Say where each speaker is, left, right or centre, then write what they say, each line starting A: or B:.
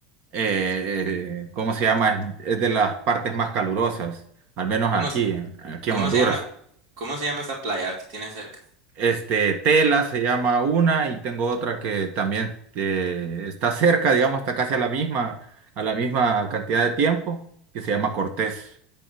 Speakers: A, on the right; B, on the right.
A: eh, eh, ¿cómo se llama? Es, es de las partes más calurosas, al menos
B: ¿Cómo,
A: aquí,
B: es-
A: en- aquí
B: cómo
A: en Honduras.
B: se llama, cómo se llama esa playa que tienes cerca?
A: Este, Tela se llama una y tengo otra que también eh, está cerca, digamos, está casi a la misma, a la misma cantidad de tiempo, que se llama Cortés,